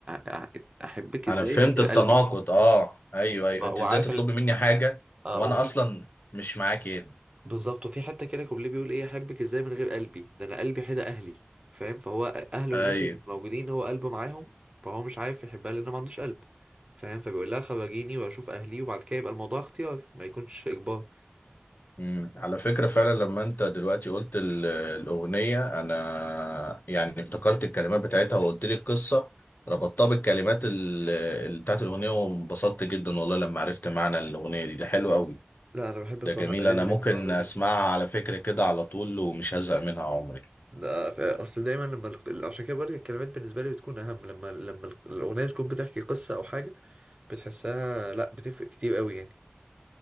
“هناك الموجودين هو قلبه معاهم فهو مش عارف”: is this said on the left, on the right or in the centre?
Right